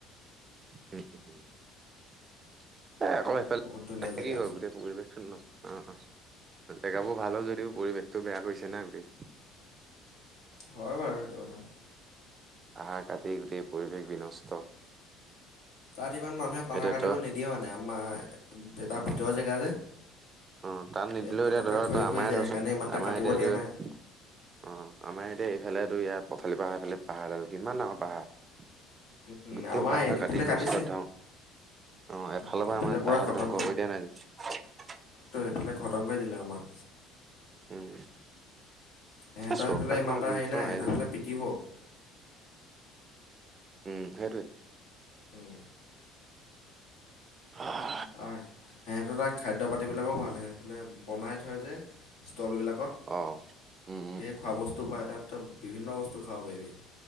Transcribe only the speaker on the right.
<unintelligible> এ, আকৌ সেইফালে
কি হয়
গোটেই পৰিৱেশ অ'। জেগাবোৰ ভাল হয় যদিও পৰিৱেশটো বেয়া কৰিছে না গোটেই।
পাহাৰ কাটি গোটেই পৰিৱেশ বিনষ্ট।
এতিয়া
তই
অ
অ', তাত নিদিলেও
এতিয়া ধৰ
ত,
আমাৰে
ধৰচোন
আমাৰ
এতিয়া
এই
অ', আমাৰ এতিয়া এইফালে ইয়াৰ পথালি পাহাৰ এইফালে পাহাৰ এডাল কিমান ডাঙৰ পাহাৰ
গোটেই
পাহাৰ
কাটি
নষ্ট থওঁ। অ' এফালৰ
পৰা আমাৰ
পাহাৰ
ধ্বংস কৰি দিয়া নাই জা
উম।
এ চৰকাৰখনৰ
গুৰুত্ব
অ
উম, সেইটোৱেই।
হয়।
অ উম উম